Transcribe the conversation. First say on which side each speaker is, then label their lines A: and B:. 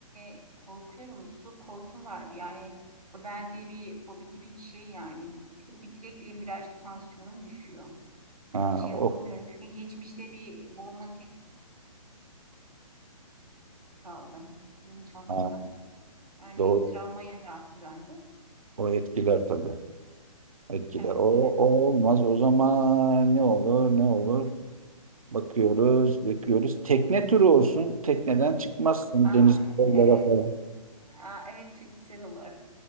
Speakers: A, on the right (about 80°); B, on the right (about 65°).
A: e, korkuyorum. Su korkum var. Yani bende bir fobi gibi bir şey yani. Çünkü direkt benim birazcık tansiyonum düşüyor.
B: ha,
A: Şey yapamıyorum.
B: o,
A: Çünkü geçmişte bir boğulma tehdidi aldım bilinçaltımda.
B: ha,
A: Yani
B: doğru.
A: travma yarattı bende.
B: O etkiler tabii. Etkiler.
A: Evet
B: O,
A: evet.
B: o olmaz. O zaman ne olur ne olur? Bakıyoruz, bakıyoruz. Tekne turu olsun. Tekneden çıkmazsın
A: Aa,
B: deniz koylara
A: evet.
B: falan.
A: Aa, evet çok güzel olur.